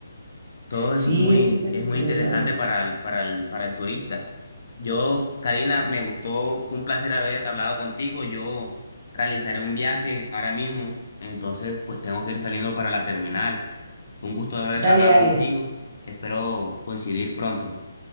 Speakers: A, on the left; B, on the right.
A: Todo
B: Sí,
A: eso es muy,
B: es súper
A: es
B: interesante.
A: muy interesante para el, para el, para el turista. Yo, Karina, me gustó, fue un placer haber hablado contigo. Yo realizaré un viaje ahora mismo, entonces pues tengo que ir saliendo para la terminal. Fue un gusto haber
B: Dale,
A: hablado
B: dale.
A: contigo. Espero coincidir pronto.